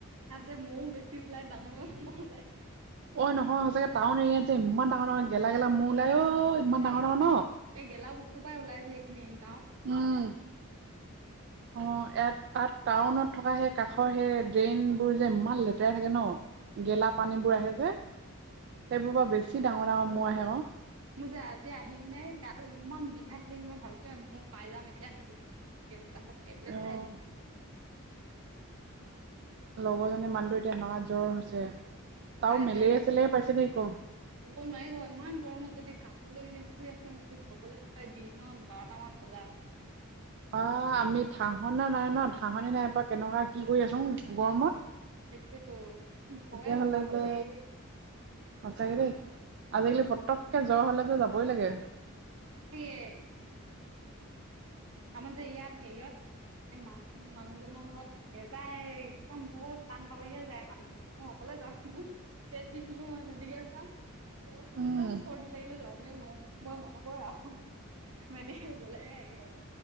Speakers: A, on the right; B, on the right.
A: ইয়াত যে মৌ বেছি ওলাই ডাঙৰ ডাঙৰ মৌ ওলাই।
B: অ', নহয় সঁচাকে টাউন এৰিয়াত যে ইমান ডাঙৰ ডাঙৰ গেলা গেলা ম'হ ওলাই অ'। ইমান ডাঙৰ
A: এ
B: ডাঙৰ ন?
A: এই গেলা বস্তুৰ পৰাই ওলাইছে এই খিনি। এনে
B: উম অ এ তাত টাউনত থকা সেই কাষৰ সেই ড্ৰেইনবোৰ যে ইমান লেতেৰা থাকে ন।
A: উম,
B: গেলা পানীবোৰ আহে যে, সেইবোৰ পৰা
A: মই
B: বেছি ডাঙৰ ডাঙৰ ম'হ আহে আকৌ।
A: মোৰ যে আজি আহি কিনে গাটো ইমান বিষাইছিলেহি মই ভাবিছো মই পাই যাম এতিয়া নেকি। বিষত পাছত টেবলেট
B: অ',
A: খাই দিলো।
B: লগৰ জনীৰ মানুহটো এতিয়া এনেকুৱা জ্বৰ হৈছে।
A: অ
B: তাৰো
A: তাইতো
B: মেলেৰিয়া চেলেৰিয়া পাইছে নেকি ক?
A: কব নোৱাৰিব ইমান গৰমত যদি কাপ শুই আছো বুলি ক'বলৈ হয় দিনত বাৰটামান বজাত
B: অ আমি থাহনা নাই ন থাহনি নাইপ কেনেকুৱা কি কৰি আছো গৰমত।
A: এইটোয়েতো ভয়ে
B: তেতিয়াহ'লে
A: লগা হ'ল
B: যে
A: দে।
B: সঁচাকে দেই আজিকালি পতককে জ্বৰ হ'লে যে যাবই লাগে।
A: ে <unintelligible> আমাৰ যে ইয়াত হেৰিয়ত এ মানু মানুহজনৰ ঘৰত নেযায় একদম বহুত টান পালেহে যায় মানুহখিনি। মই অকলে যাওঁ ম পেট বিষ হ'ল। মই মেডিকেল যাম। জ্বৰ উঠিলেও
B: উম
A: যাম চৰ্দি লাগিলে যামেই মই। মই নহব আহ। মেডিকেল গ'লেহে হেৰি হয়।